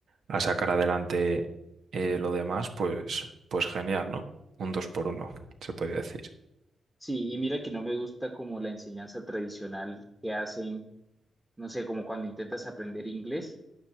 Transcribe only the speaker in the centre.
Sí, y mira que no me gusta como la enseñanza tradicional que hacen, no sé, como cuando intentas aprender inglés,